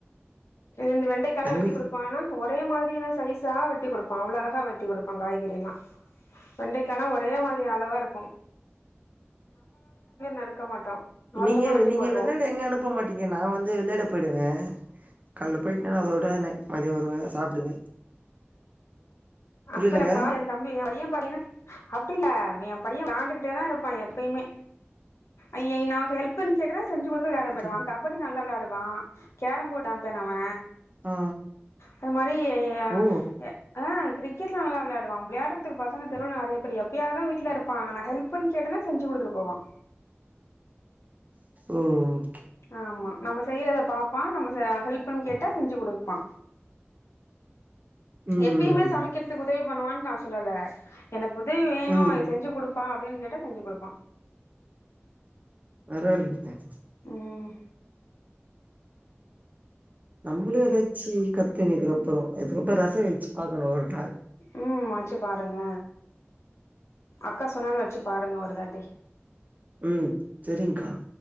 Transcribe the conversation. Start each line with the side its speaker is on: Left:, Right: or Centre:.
Left: இந்த வெண்டைக்காலா
Right: எங்க
Left: வெட்டிக்குடுப்பானா ஒரே மாதிரியான சைசா வெட்டி குடுப்பா அவ்ளோ அழகா வெட்டி குடுப்பா காய்கறியெல்லா வெண்டக்காய்லா ஒரே மாதிரி அளவா இருக் ஆஹ் நறுக்க மாட்டோ அவசரமா
Right: நீங்க
Left: வெட்டி
Right: நீங்க
Left: போட்ருவோ
Right: வெளாட எங்க அனுப்ப மாட்டீங்க நா வந்து வெளாட போய்டுவே கால்ல போயிட்னனா அதோட நை‌ மதிய வருவ சாப்டுவே புரியலங்க
Left: அப்புல்லப்பா எ தம்பி எ பைய பாடினா அப்டில்ல எ பைய விளாண்டுகிட்டே தா இருப்பா எப் பேய்மே ஐயய் நா ஹெல்ப் பண்ணுஞ் சொல்றே செஞ்சி குடுத்துட்டு விளயாடப்
Right: புரிய
Left: போய்டுவா கபடி நல்லா விளாட் எட்றா கேரம் போர்ட் ஆம்பியன் அவ
Right: ஆ
Left: அது மாரி ஆஹ்
Right: ஓ
Left: ய உம் க்கீட்டுல நல்லா விளையாடுவான் விளையாடுறதுக்கு பசங்க தெருவுல நிறைய பேர் எப்பயாவதுதான் வீட்டுல இருப்பான் நான் ஹெல்ப்ண்ணு கேட்டனா செஞ்சு குடுத்துட்டு போவான்
Right: உம்
Left: ஆமா நம்ம செய்றத பாப் பா நம்மட்ட ஹெல்ப் னு கேட்டா செஞ்சு குடுப்பா
Right: ம்
Left: எப்பயுமே சமைக்கிறத்துக்கு உதவி பண்ணுவான் நா சொல்லல எனக் உதவி வேணு
Right: ம்
Left: ஏ செஞ்சு குடு ப்பா அப்டின் கேட்டா செஞ்சு குடுப்பா
Right: வரவாலைங்க <inaudible>
Left: ம்
Right: நம்பளே எதாச்சு கத்துக்குனு அப்பற அதுக்கப்ற ரச வச்சு பாக்கணு ஒரு நாள்
Left: உம் வச்சு பாருங்க அக்கா சொன்னாங்க வச்சு பாருங்க ஒரு தேட்டர்
Right: உம் செரி்ங்க்கா